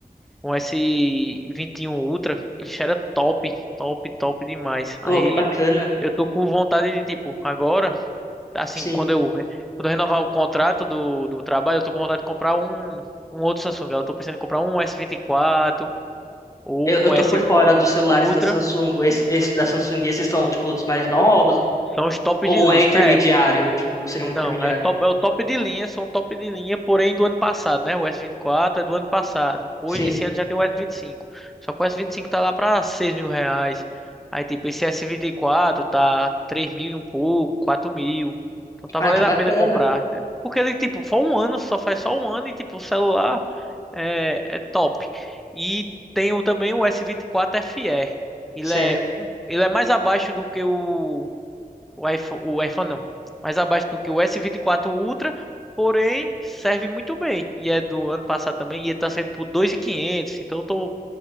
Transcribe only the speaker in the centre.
um S21 Ultra, isso era top, top, top demais. Aí,
eu tô com vontade de, tipo, agora assim,
quando eu, re- quando eu renovar o contrato do, do trabalho, eu tô com vontade de comprar um, um outro Samsung. Eu tô pensando em comprar um S24 ou
um
S
um
Ultra.
São os tops
de linha.
né?
Não, é top, é o top de linha, são top de linha, porém do ano passado, né? O S24 é do ano passado. Hoje,
esse ano já tem o S25. Só que o S25 tá lá pra seis mil reais. Aí tipo, esse S24 tá três mil e um pouco, quatro mil. Então tá
valendo
a pena comprar, entendeu? Porque ele, tipo, só um ano, só faz só um ano e, tipo, o celular é, é top. E tem o, também o S24 FE. Ele
é, um- ele é mais abaixo do que o o iPhone, o iPhone não. Mais abaixo do que o S24 Ultra, porém serve muito bem. E é do ano passado também. E ele tá saindo por dois mil e quinhentos Então eu tô,